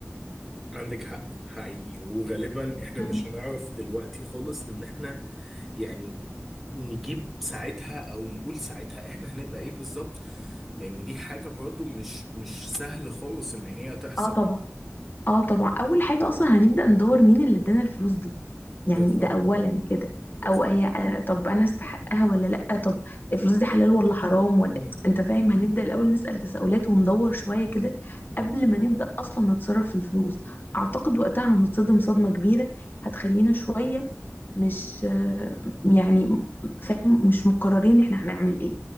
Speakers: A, in the centre; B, on the left.
A: عندك حق حقيقي وغالبا احنا
B: م-م.
A: مش هنعرف دلوقتي خالص ان احنا يعني نجيب ساعتها او نقول ساعتها احنا هنبقى ايه بالظبط لان دي حاجة برضو مش مش سهل خالص ان هي تحصل
B: اه طبعا اه طبعا اول حاجه اصلا هنبدا ندور مين اللي ادانا الفلوس دي يعني
A: بالظبط
B: ده اولا كده
A: بس
B: او هي آه، طب انا استحقها ولا لا طب الفلوس دي حلال ولا حرام ولا
A: مم.
B: انت فاهم هنبدا الاول نسال تساؤلات وندور شويه كده
A: مم.
B: قبل ما نبدا اصلا نتصرف في الفلوس اعتقد وقتها هنتصدم صدمه كبيره هتخلينا شويه مش آه، يعني فاهم مش مقررين احنا هنعمل ايه